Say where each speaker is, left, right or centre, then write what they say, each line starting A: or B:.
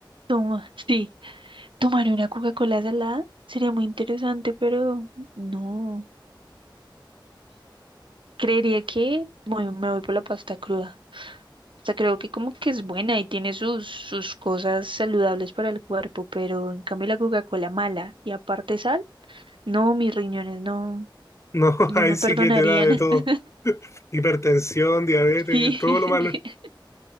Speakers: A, on the right (about 75°); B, on the left (about 35°).
A: toma, sí, tomar una Coca-Cola salada sería muy interesante, pero no. Creería que voy- me voy por la pasta cruda. O sea, creo que como que es buena y tiene sus, sus cosas saludables para el cuerpo, pero en cambio la Coca-Cola mala y aparte sal, no, mis riñones no,
B: No, <laughs>
A: no
B: ahí
A: me
B: sí
A: perdonarían.
B: que te da de todo.
A: <laughs>
B: Hipertensión, diabetes,
A: Sí,
B: todo lo malo.
A: <laughs>